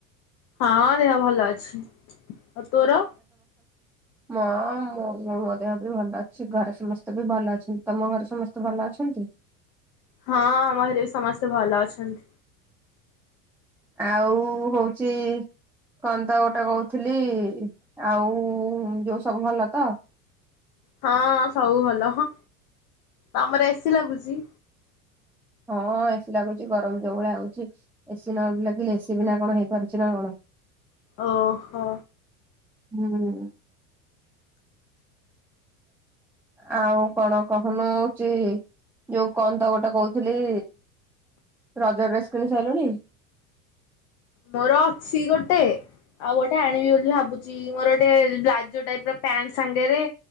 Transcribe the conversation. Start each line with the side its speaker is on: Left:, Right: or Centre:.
Left: ହଁ। ଦେହ ଭଲ ଅଛି। ଆଉ ତୋର?
Centre: ମ ମୋ-ମୋ-ମୋ ଦେହ ବି ଭଲ ଅଛି‌ ଘରେ ସମସ୍ତେ ବି ଭଲ ଅଛନ୍ତି। ତମ ଘରେ ସମସ୍ତେ ଭଲ ଅଛନ୍ତି?
Left: ହଁ ଆମ ହରେ ବି ସମସ୍ତେ ଭଲ ଅଛନ୍ତି।
Centre: ଆଉ ହୋଉଚି କନ୍ତ ଗୋଟେ କଉଥୁଲି ଆଉ ଯୋଉ ସବୁ ଭଲ ତ?
Left: ହଁ ସବୁ ଭଲ ହଁ ତମର ଏ ସି ଲାଗୁଚି?
Centre: ହଁ ଏ ସି ଲାଗୁଚି ଗରମ ଯୋଉ ଭଳିଆ ଅଉଚି ଏ ସି ନ ଲାଗିଲେ ଏ ସି ବିନା କଣ ହେଇ ପାରୁଚି ନାଁ କଣ?
Left: ଓହୋ।
Centre: ହୁଁ। ଆଉ କଣ କହୁନୁ ହଉଛି ଯୋଉ କହନ୍ତ ଗୋଟେ କହୁଥିଲି ରଜ ଡ୍ରେସ କିଣି ସାରିଲୁଣି?
Left: ମୋର ଅଛି ଗୋଟେ। ଆଉ ଗୋଟେ ଆଣିବି ବୋଲି ଭାବୁଛି ମୋର ଗୋଟେ ବ୍ଲାଜୋ ଟାଇପ ର ପ୍ୟାଣ୍ଟ ସାଙ୍ଗରେ